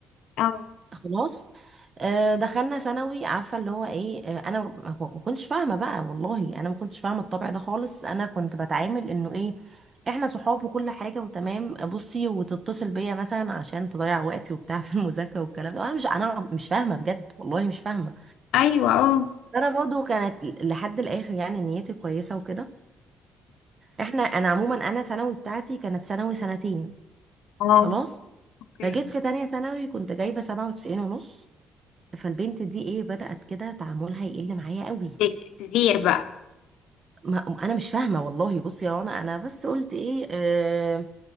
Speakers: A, on the left (about 80°); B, on the right (about 35°).
A: اه
B: خلاص آه، دخلنا ثانوي عارفه اللي هو ايه آه، انا ما ما كنتش فاهمه بقى والله انا ما كنتش فاهمه الطبع ده خالص انا كنت بتعامل انه ايه احنا صحاب وكل حاجه وتمام بصي وتتصل بيا مثلا عشان تضيع وقتي وبتاع في المذاكره والكلام ده انا مش انا مش فاهمه بجد والله مش فاهمه
A: ايوه اه
B: انا برضو كانت لحد الاخر يعني نيتي كويسه وكده احنا انا عموما انا ثانوي بتاعتي كانت ثانوي سنتين
A: اه
B: خلاص
A: اوكي
B: فجيت في تانية ثانوي كنت جايبه 97 ونص فالبنت دي ايه بدأت كده تعاملها يقل معايا قوي
A: ت- تغير بقى
B: ما انا مش فاهمه والله بصي يا رنا انا بس قلت ايه آه